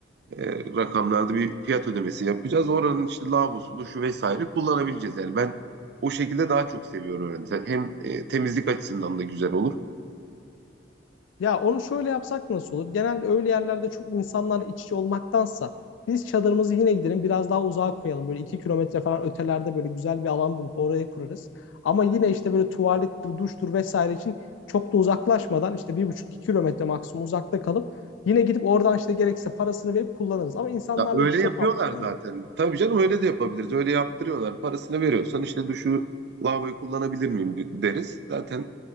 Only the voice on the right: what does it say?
e, rakamlarda bir fiyat ödemesi yapacağız. Oranın işte lavabosu, duşu vesaire kullanabileceğiz. Yani ben o şekilde daha çok seviyorum. Yani Hem e, temizlik açısından da güzel olur.
Ya öyle
yapıyorlar
zaten. Tabii canım öyle de yapabiliriz. Öyle yaptırıyorlar. Parasını veriyorsan işte duşu lavaboyu kullanabilir miyim de- deriz. Zaten